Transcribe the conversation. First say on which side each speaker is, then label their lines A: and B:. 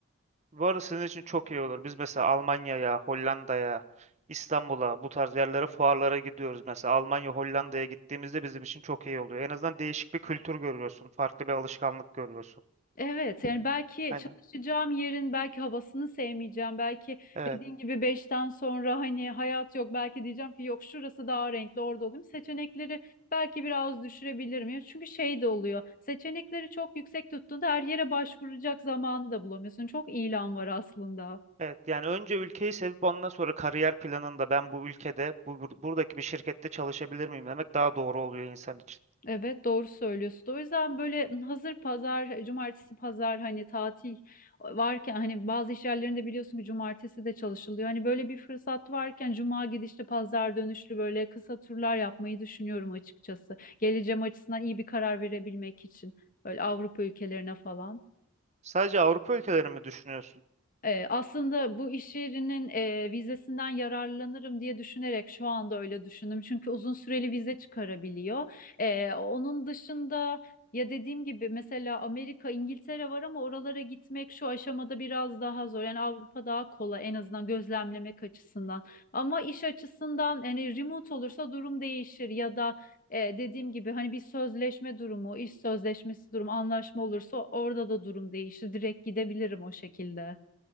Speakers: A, on the right (about 30°); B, on the left (about 40°).
A: Bu arada sizin için çok iyi olur. Biz mesela Almanya'ya, Hollanda'ya, İstanbul'a bu tarz yerlere fuarlara gidiyoruz. Mesela Almanya, Hollanda'ya gittiğimizde bizim için çok iyi oluyor. En azından değişik bir kültür görüyorsun, farklı bir alışkanlık görüyorsun.
B: Evet yani belki
A: Hani.
B: çalışacağım yerin belki havasını sevmeyeceğim. Belki
A: Evet.
B: dediğin gibi beşten sonra hani hayat yok. Belki diyeceğim ki yok şurası daha renkli orada olayım. Seçenekleri belki biraz düşürebilirim. Ya Çünkü şey de oluyor. Seçenekleri çok yüksek tuttuğunda her yere başvuracak zamanı da bulamıyorsun. Çok ilan var aslında.
A: Evet yani önce ülkeyi sevip ondan sonra kariyer planında ben bu ülkede bu bur- buradaki bir şirkette çalışabilir miyim demek daha doğru oluyor insan için.
B: Evet doğru söylüyorsun. O yüzden böyle hazır pazar, e, cumartesi pazar hani tatil varken hani bazı iş yerlerinde biliyorsun ki cumartesi de çalışılıyor. Hani böyle bir fırsat varken cuma gidişli pazar dönüşlü böyle kısa turlar yapmayı düşünüyorum açıkçası. Geleceğim açısından iyi bir karar verebilmek için böyle Avrupa ülkelerine falan.
A: Sadece Avrupa ülkelerini mi düşünüyorsun?
B: Ee, aslında bu iş yerinin e, vizesinden yararlanırım diye düşünerek şu anda öyle düşündüm. Çünkü uzun süreli vize çıkarabiliyor. Ee, onun dışında ya dediğim gibi mesela Amerika, İngiltere var ama oralara gitmek şu aşamada biraz daha zor. Yani Avrupa daha kolay en azından gözlemlemek açısından. Ama iş açısından yani remote olursa durum değişir ya da e, dediğim gibi hani bir sözleşme durumu, iş sözleşmesi durumu, anlaşma olursa orada da durum değişir. Direkt gidebilirim o şekilde.